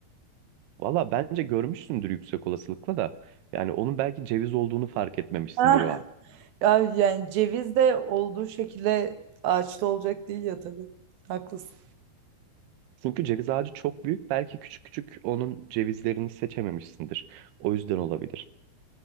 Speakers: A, on the right; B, on the right.
A: Valla bence görmüşsündür yüksek olasılıkla da. Yani onun belki ceviz olduğunu fark etmemişsindir
B: Ah.
A: o an.
B: <laughs> Ya yani ceviz de olduğu şekilde ağaçta olacak değil ya tabii. Haklısın.
A: Çünkü ceviz ağacı çok büyük. Belki küçük küçük onun cevizlerini seçememişsindir. O yüzden olabilir.